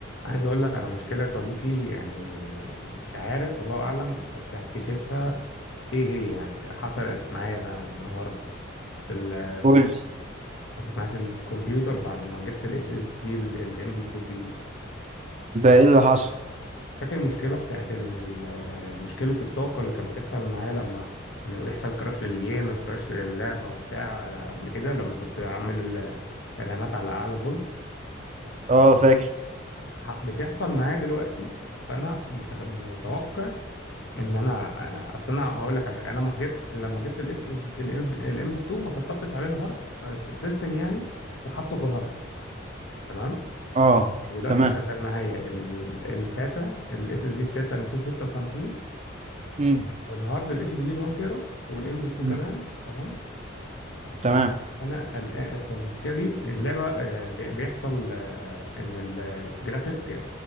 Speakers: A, on the left; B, on the right.
A: عايز اقول لك على مشكلة يا صديقي يعني مش عارف الله اعلم بس هكتشفها ايه هي يعني حصلت معايا ده النهاردة في ال...
B: قول
A: حصلت معايا في الكمبيوتر بعد ما جبت الاس اس دي الام دي 2 الجديد
B: ده ايه اللي حصل
A: فاكر المشكلة بتاعت ان ال... مشكلة الطاقة اللي كانت بتحصل معايا لما إنه يحصل كراش للجيم كراش للعبة وبتاع قبل كده لما كنت عامل ال- الرامات على اعلى فولت
B: اه فاكر
A: ح- بتحصل معايا دلوقتي فانا متخ... متوقع ان انا انا اصل انا هقول لك على حاجه انا لما جبت لما جبت الاس اس الام دي 2 ما سطبتش عليه الهارد الس- السيستم يعني وحطه كهارد تمام
B: اه
A: يعني دلوقتي
B: تمام
A: اللي تمام شغال معايا ال- الساتا الاس اس دي الساتا 256
B: مم.
A: والهارد الاتش دي دي 1 تيرا والام دي 2
B: مم.
A: كمان تمام
B: تمام
A: فانا قلقان فالمشكله دي اللعبه آه، بي- بيحصل آه، ان الجرافيك